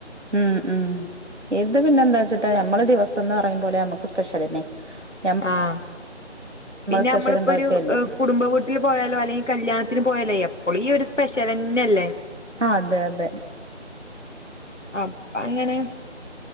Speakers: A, on the right; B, on the left.
A: ഉം ഉം ഇത് പിന്നെ എന്താ വച്ചിട്ടാ നമ്മള് ദിവസം എന്ന് പറയുമ്പോലെ നമ്മുക്ക് സ്പെഷ്യൽന്നെ ആ
B: ആഹ പിന്നെ
A: സ്പെഷ്യൽ
B: നമ്മളിപ്പോൊ
A: ഉണ്ടാക്കല്ലേ
B: ഒരു കുടുംബ വൂട്ടിൽ പോയാലോ അല്ലെങ്കിൽ കല്യാണത്തിന് പോയാലോ ല്ലേ എപ്പളും ഈ ഒരു സ്പെഷ്യലന്ന അല്ലേ
A: ആ അതെ അതെ
B: അ അങ്ങനെ